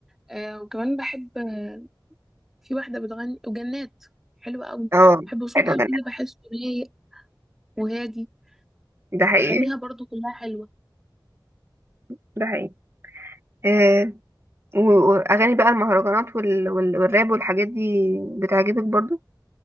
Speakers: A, in the centre; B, on the right.
A: آه وكمان بحب آه، في واحدة بتغني وجنات حلوة قوي
B: اه
A: بحب صوتها
B: حلو
A: كده
B: جدا
A: بحسه رايق وهادي
B: ده حقيقي
A: وأغانيها برضو كلها حلوة
B: ده حقيقي آه، و- واغاني بقى المهرجانات وال... وال... والراب والحاجات دي بتعجبك برضو